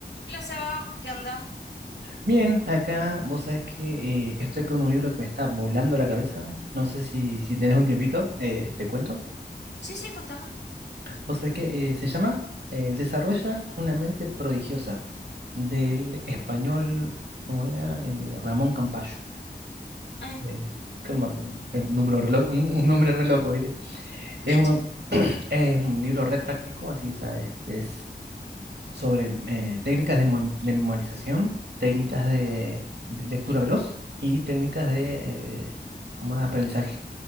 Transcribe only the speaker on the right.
Bien, acá vos sabés que eh, estoy con un libro que me está volando la cabeza. No sé si, si tenés un tiempito, eh, te cuento.
Vos sabés que eh, se llama eh, Desarrolla una mente prodigiosa, del español, ¿cómo era? Eh, Ramón Campayo.
Eh, ¿cómo? Un un número re lo- un, un nombre re loco, ¿viste?
Es un,
<clears throat> es un libro re práctico, así, o sea, es, sobre eh, técnicas de, mem- de memorización, técnicas de
lectura veloz y técnicas de eh, como de aprendizaje,